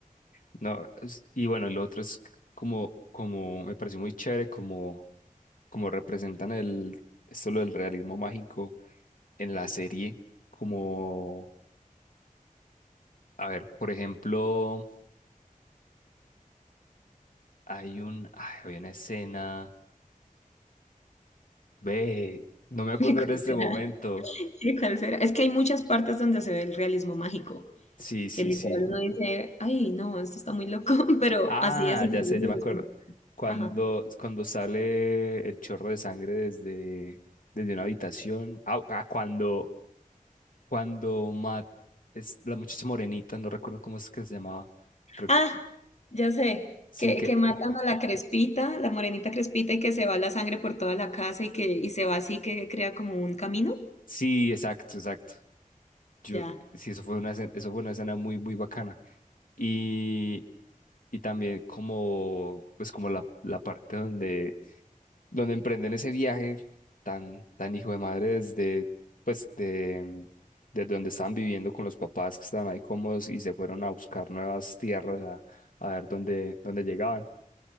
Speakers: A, on the left; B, on the left.
A: No, es- y bueno, el otro es como, como me pareció muy chévere, como, como representan el, esto lo del realismo mágico en la serie, como, a ver, por ejemplo, hay un, ay, había una escena, ve, no me acuerdo
B: <laughs> ¿Y cuál
A: en este
B: será?
A: momento,
B: ¿Y cuál será? Es que hay muchas partes donde se ve el realismo mágico,
A: sí, sí,
B: que literal
A: sí,
B: uno dice, ay, no, esto está muy loco, <laughs> pero
A: ah,
B: así es en
A: ya
B: el
A: sé,
B: libro.
A: ya me acuerdo,
B: ¿no?
A: cuando,
B: Ajá.
A: cuando sale el chorro de sangre desde, desde una habitación, ah, ah, cuando, cuando Matt, es la muchacha morenita, no recuerdo cómo es que se llamaba, creo,
B: Ah, ya sé,
A: sí,
B: que,
A: que,
B: que matan
A: eh,
B: a la Crespita, la morenita Crespita, y que se va la sangre por toda la casa y que y se va así que crea como un camino.
A: sí, exacto, exacto, yo,
B: Ya.
A: sí, eso fue una, escena- eso fue una escena muy, muy bacana. y, y también como, pues como la, la parte donde, donde emprenden ese viaje tan, tan hijo de madre desde, pues de, desde donde estaban viviendo con los papás que estaban ahí cómodos y se fueron a buscar nuevas tierras a, a ver dónde, dónde llegaban.